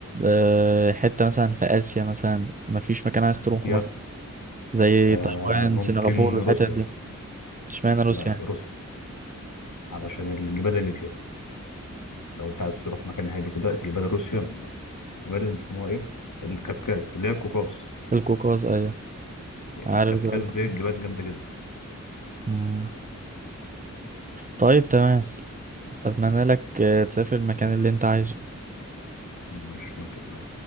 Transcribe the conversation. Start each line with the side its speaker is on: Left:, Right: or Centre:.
Right: آه، حتة مثلا في آسيا مثلا مفيش مكان عايز تروحه
Left: روسيا
Right: مثلا زي
Left: آه
Right: تايوان
Left: ممكن
Right: سنغافورة
Left: روسيا
Right: الحتت دي اشمعنى روسيا
Left: لا لا
Right: يعني؟
Left: روسيا علشان الجبال اللي فيها لو انت عايز تروح مكان هادي كده جبال روسيا الجبال اللي بيسموها ايه الكافكاز اللي هي القوقاز
Right: القوقاز ايوه عارف
Left: الكافكاز
Right: جبال القوقاز
Left: دي الجبال جامدة جدا
Right: مم. طيب تمام اتمنى لك آه، تسافر المكان اللي انت عايزه
Left: ماشي وانت كمان